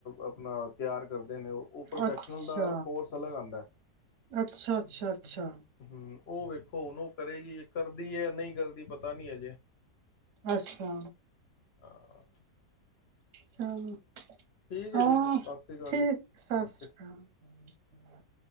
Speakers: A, on the left; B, on the right.
A: ਆਪਣਾ ਤਿਆਰ ਕਰਦੇ ਨੇ ਉਹ ਉਹ ਪ੍ਰੋਫੈਸ਼ਨਲ
B: ਅੱਛਾ
A: ਦਾ ਕੋਰਸ ਅਲੱਗ ਆਉਂਦਾ
B: ਅੱਛਾ ਅੱਛਾ ਅੱਛਾ
A: ਹਮ ਉਹ ਖੋਨੂੰ ਕਰੇਗੀ ਕਰਦੀ ਹੈ ਨਹੀਂ ਕਰਦੀ ਦੀ ਪਤਾ ਨਹੀਂ ਅਜੇ
B: ਅੱਛਾ
A: ਹਾਂ
B: ਚਲੋ
A: ਠੀਕ
B: ਹਾਂ
A: ਹੈ ਜੀ ਫਿਰ ਸਤਿ ਸ਼੍ਰੀ ਅਕਾਲ
B: ਠੀਕ
A: ਜੀ
B: ਸਤਿ
A: ਓਕੇ
B: ਸ੍ਰੀ ਅਕਾਲ